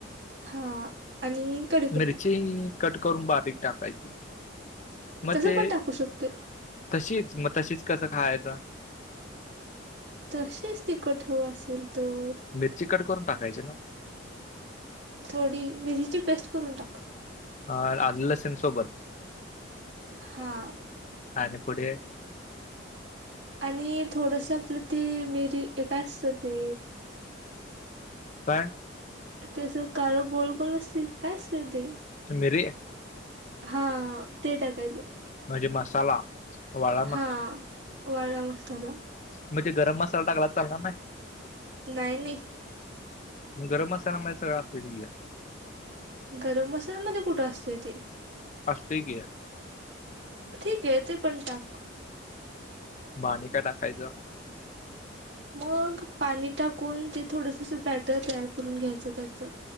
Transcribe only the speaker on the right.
हा आणि- कडीपत्ता
तसंच
पण टाकू शकतोय.
तशीच तिखट हवं असेल तर.
थोडी मिरीची पेस्ट करून टाक.
हा..
आणि थोडूस आपलं ते मिरी, काय असत ते?
ते असं काळं गोल-गोल असतंय ते काय असतंय ते.
हा ते टाकायचं.
हां, वाळला मसाला.
नाही, नाही.
गरम मसाल्यांमध्ये कुठं असतंय ते?
ठीक ये, ते पण टाक.
मग पाणी टाकून ते थोडसं असं बॅटर तयार करून घ्यायचं त्याच.